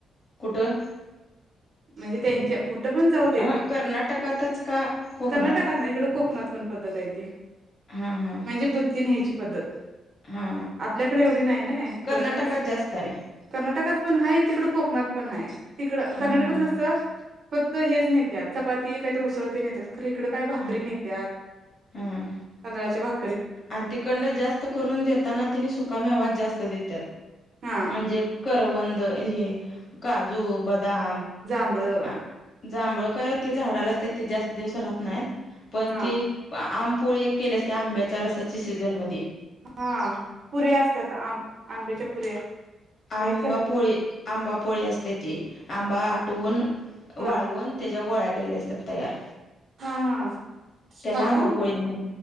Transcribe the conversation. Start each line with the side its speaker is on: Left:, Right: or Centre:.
Left: कुठं?
Right: म्हणजे त्यांच्या कुठ पण जाऊ देत.
Left: हा कर्नाटकातच का कोकणात
Right: कर्नाटकात ना इकड कोकणात पद्धत आहे. त
Left: हा हा
Right: म्हणजे बुीथी न्यायची पद्धत
Left: हा
Right: आपल्याकडे एवढी नाही ना.
Left: कर्नाटकात
Right: क्वचितच
Left: जास्त आहे
Right: कर्नाटकात पण आहे. तिकड कोकणात पण आहे. तिकड कर्नाटकात
Left: हा हा
Right: कस. फक्त हेच नेतात चपाती काहीत उसळते नेतात खर इकड काय भाकरी
Left: हा
Right: नेतात.
Left: हा
Right: चंद्राचे भाग.
Left: आणि तिखंड जास्त करून देताना तिथे सुकामेवाच जास्त देतात.
Right: हा
Left: म्हणजे करवंद हेच काजू, बदाम
Right: बळ.
Left: आ जांभळ काय ते झाडाला असतात ते जास्त दिवस राहत नाहीत पण
Right: हा
Left: ते आम पोळी एक केली असती आंब्याच्या रसाची सीझनमधी
Right: हा पुऱ्या असत्यात आं आंब्याच्या पुऱ्या
Left: आंबा
Right: काय करतात
Left: पोळी
Right: की
Left: आंबा पोळी असते ते आंबा आटवून वाळवून
Right: हा
Left: त्याच्या गोळ्या केल्या असतात तयार
Right: हा हा
Left: त्याला
Right: थांबा
Left: आबा पोळी म्हणे